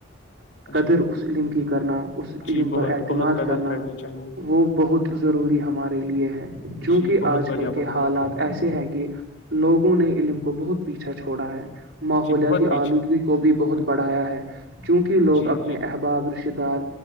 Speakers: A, on the right (about 75°); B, on the left (about 60°).
A: قدر
B: جی
A: اس علم کی کرنا اس علم
B: جی
A: پر
B: بہت
A: اعتماد
B: بہت قدر
A: کرنا
B: کرنی چاہیے
A: وہ بہت ضروری ہے لیے ہیں چونکہ
B: جی بہت
A: آج
B: بڑھیا
A: کل کے
B: بہت
A: حالات
B: بڑھیا
A: ایسے ہیں کہ لوگوں نے علم کو بہت پیچھا چھوڑا ہے ماحولیاتی
B: جی بہت
A: آلودگی کے بھی بہت بڑھایا ہے چونکہ لوگ
B: جی
A: اپنے احباب رشتے دار